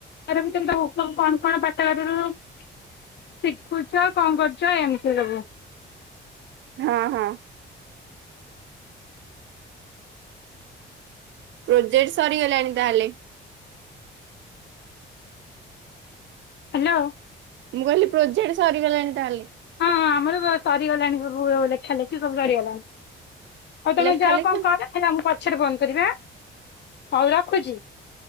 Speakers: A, on the left; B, on the right.
A: ତାରି ଭିତରୁ କଣ କଣ ପାଠ କରୁରୁୁ। ଶିଖୁଚୁ ଆଉ କଣ କରୁଚୁ ଏମତି ସବୁ।
B: ହଁ ହଁ। ପ୍ରୋଜେକ୍ଟ ସରିଗଲାଣି ତାହେଲେ।
A: ହ୍ୟାଲୋ।
B: ମୁଁ କହିଲି ପ୍ରୋଜେକ୍ଟ ସରିଗଲାଣି ତାହେଲେ।
A: ହଁଁ ଆମର ସ ସରିଗଲାଣି ସବୁ ଲେଖା ଲେଖି ସବୁ ସରିଗଲାଣି। ହଉ ତମେ
B: ଲେଖା
A: ଯାଅ
B: ଲେଖି
A: କଣ କର ହେଲା ମୁଁ ପଛରେ ଫୋନ୍ କରିବି ଆଁ ହଉ ରଖୁଚି।